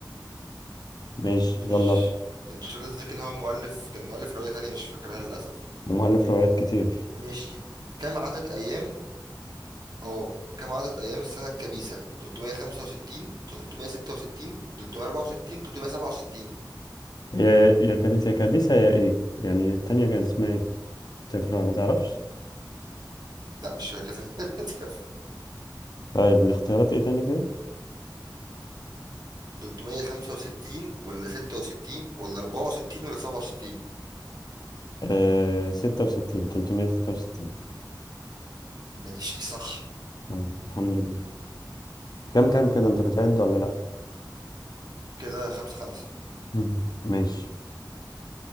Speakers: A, on the left (about 60°); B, on the right (about 60°).
A: ماشي
B: مش
A: يلا
B: لأن تشارلز ديكن هو مؤلف كان مؤلف رواية تانية مش فاكرها للأسف
A: ومؤلف روايات كتير
B: ماشي كم عدد أيام اه كم عدد ايام السنه الكبيسه 365 366 364 367
A: هي يا كانت يا كابيسة يا ايه يعني التانية كانت اسمها ايه تفرق ما تعرفش
B: لا مش فاكر للأسف.
A: طيب الاختيارات ايه تاني كده
B: 365 <laughs> ولا 66 ولا 64 ولا 67
A: آه... ستة وستين تلتمية ستة وستين
B: ماشي صح
A: طيب الحمد لله كم كم كده انت بتعد ولا لأ
B: كده خمسة خمسة
A: مم. ماشي